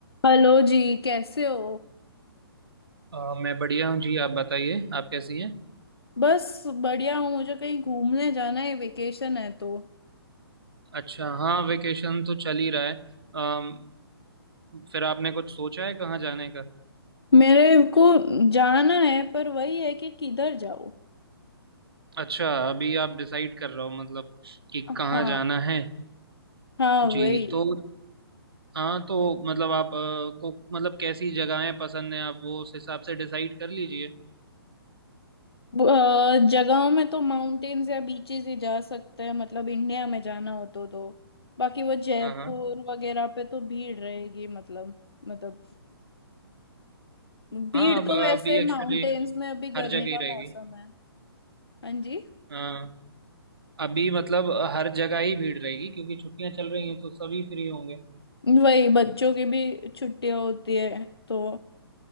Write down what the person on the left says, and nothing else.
हेलो जी कैसे हो
बस बढ़िया हूँ मुझे कहीं घूमने जाना है वेकेशन है तो
मेरे को जाना है पर वही है कि किधर जाओ
हाँ
हाँ वही
ब- अ, जगहों में तो माउंटेन्स या बीचेस ही जा सकते हैं मतलब इंडिया में जाना हो तो तो बाकी वो जयपुर
वगैरह पे तो भीड़ रहेगी मतलब मतलब भीड़
तो
वैसे माउंटेन्स
में अभी
गर्मी
का
मौसम है हाँ जी
वही बच्चों की भी छुट्टियां होती है तो